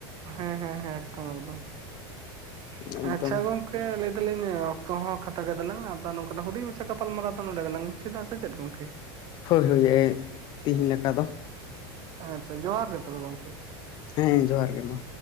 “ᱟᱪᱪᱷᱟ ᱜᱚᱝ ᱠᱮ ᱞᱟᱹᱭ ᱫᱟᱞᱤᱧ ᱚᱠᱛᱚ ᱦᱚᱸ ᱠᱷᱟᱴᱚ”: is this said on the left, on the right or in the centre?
Right